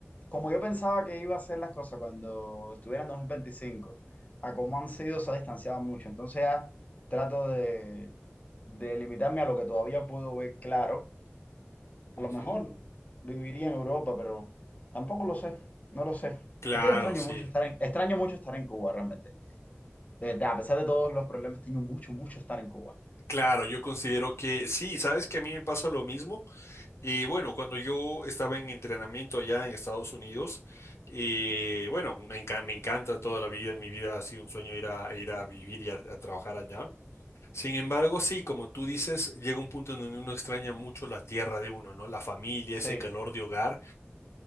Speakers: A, on the left; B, on the left.
A: como yo pensaba que iba a ser las cosas cuando estuviera en 2025, a cómo han sido, se ha distanciado mucho. Entonces ya trato de, de limitarme a lo que todavía puedo ver claro.
B: Ujú.
A: A lo mejor viviría en Europa, pero tampoco lo sé, no lo sé.
B: Claro,
A: Es que yo extraño
B: sí.
A: mucho estar en, extraño mucho estar en Cuba realmente. De verdad, a pesar de todos los problemas, extraño mucho, mucho estar en Cuba.
B: Claro, yo considero que sí, sabes que a mí me pasa lo mismo. Y bueno, cuando yo estaba en entrenamiento allá en Estados Unidos, eh, bueno, me enca- me encanta toda la vida, mi vida ha sido un sueño ir a, ir a vivir y a, a trabajar allá. Sin embargo, sí, como tú dices, llega un punto en donde uno extraña mucho la tierra de uno, ¿no? La familia,
A: Sí,
B: ese calor de hogar.